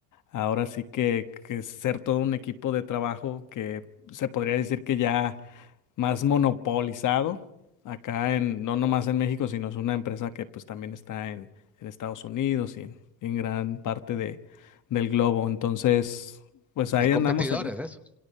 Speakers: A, on the left; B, in the centre.
A: Ahora sí que, que ser todo un equipo de trabajo que se podría decir que ya más monopolizado acá en, no nomás en México, sino es una empresa que pues también está en, en Estados Unidos y en, en gran parte de, del globo. Entonces, pues ahí
B: Hay competidores
A: andamos en...
B: de eso,